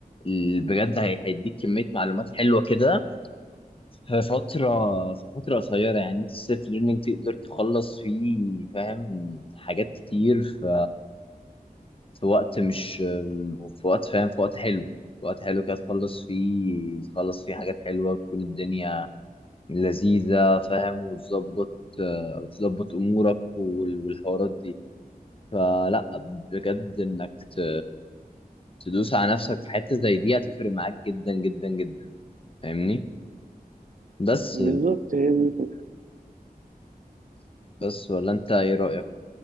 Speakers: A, on the left; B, on the right.
A: ال- بجد هي... هيديك كمية معلومات حلوة كده في فترة في فترة قصيرة يعني انت السيلف ليرنينج تقدر تخلص فيه فاهم حاجات كتير ف في وقت مش في وقت فاهم في وقت حلو في وقت حلو كده تخلص فيه تخلص فيه حاجات حلوة تكون الدنيا لذيذة فاهم وتظبط آه، وتظبط أمورك وال- والحوارات دي فلا بجد إنك ت- تدوس على نفسك في حتة زي دي هتفرق معاك جدا جدا جدا فاهمني بس
B: بالظبط هي دي الفكرة.
A: بس ولا انت ايه رأيك